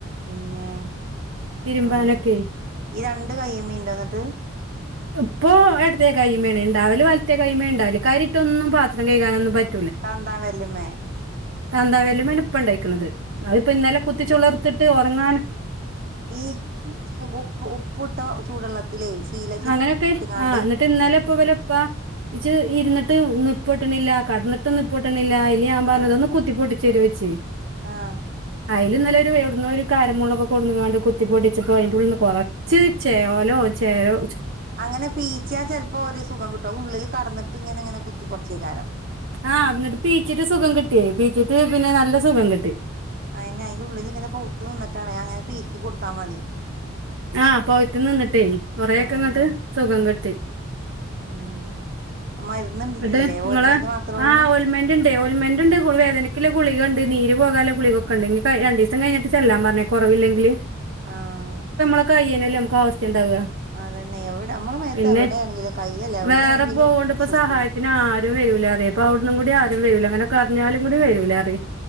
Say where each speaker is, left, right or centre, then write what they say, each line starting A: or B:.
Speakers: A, on the right; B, on the right.
A: പിന്നെ
B: തിരുമ്പാനൊക്കെ
A: അല്ല ഈ രണ്ട് കൈയ്മേ ഇണ്ടോ എന്നിട്ട്
B: ഇപ്പൊ ഇടത്തെ കൈമേണ ഉണ്ടാവല് വലത്തെ കൈ്മേ ഉണ്ടാവല് കരി ഇട്ട് ഒന്നും പാത്രം കഴകനൊന്നും പറ്റില്ല
A: തന്തമ്മ വെര്ല്ലുമേ
B: താന്താവര്ലുമേണ് ഇപ്പം ഉണ്ടയിക്കണുന്നത് അ ഇപ്പ ഇന്നലെ കുത്തിച്ചളർത്തിട്ട് ഉറങ്ങൻ
A: ഈ ഉപ്പ് ഉപ്പിട്ട ചൂടുള്ളത്തിലേ ശീല ചിറ്റങ്ങാണ്ട്
B: അങ്ങനൊക്കെ ആ എന്നിട്ട് ഇന്നലെ ഇപ്പം ഇവരെ ഉപ്പ ഇച്ച് ഇരുന്നിട്ടും നിപ്പിട്ടണില്ല കടന്നിട്ടും നിപ്പിട്ടണില്ല ഇല്ല അയില് ഞാൻ പറഞ്
A: ആഹ്
B: ഇത് ഒന്ന് കുത്തിപ്പോട്ടി ട്ടിച്ച് തരു ചോയിച്ച്
A: ആഹ്
B: അതിൽ ഇന്നല്ല ഒരു എവിടുന്നും ഒരു കാരമുളൊക്കെ കൊണ്ടെന്ന്ക്കാണ്ട് കുത്തി പൊട്ടിച്ചപ്പോ അതിന്റെറ ഉള്ളിൽ നിന്ന് കുറച്ച് ചേലോ ചെലോ
A: അങ്ങനെ പീച്ചാൽ ചിലപ്പോ ഒരു സുഖം കിട്ടും ഉള്ളിൽ കിടന്നിട്ട് ഇങ്ങനെ ഇങ്ങനെ കുത്തി പറച്ചോയ്ക്കാരം
B: ആഹ് എന്നിട്ട് പീച്ചിട്ട് സുഖം കിട്ടിയേ പീച്ചിറ്റ് പിന്നെ നല്ല സുഖം കിട്ടി
A: അയിനെ അയിന്റെ ഉള്ളിൽ ഇങ്ങനെ പയുത്ത് നിന്നിട്ടാ അങ്ങനെ പീക്കി കൊടുത്താ മതി
B: ആഹ് പോയിട്ട് നിന്നിട്ടേ കൊറെയൊക്കെ
A: ആഹ്
B: ഇങ്ങട്ട് സുഖം കിട്ടി
A: ഉം മരുന്ന്
B: എന്നട്ട്
A: ഇല്ലേ
B: നിങ്ങളെ
A: ഓൽമെന്റ് മാത്രേ ഉള്ളൂ
B: ആഹ് ഓയിൽ മെന്റ മന്റ് ഉണ്ട് വേദനക്കെ ഗുളികുണ്ട് നീര് പോകാൻ ഗുളികൊക്കെ ഉണ്ട് രണ്ടിസം കഴിഞ്ഞട്ട് ചെല്ലാ പറഞ്ഞ് കുറ പോയില്ലെങ്കില്
A: ആഹ്
B: കയ്യിലല്ലേ നമക്ക് ആവശ്യം ഇണ്ടാവുക
A: അതന്നെ എവിടെ നമ്മളെ മേത്ത്
B: പിന്നെ
A: എവിടെയാണെങ്കിലും കയ്യല്ല എവിടെയാണെങ്കിലും
B: വേറെ പോവണ്ടിപ്പോ
A: അസ്വസ്ഥത
B: സഹായത്തിന് ആരും വരൂല അതെ അപ്പ അവിടന്നും കൂടി ആരും വരൂല അങ്ങനെ കരിഞ്ഞാലും കൂടി ആരും വരൂലറയും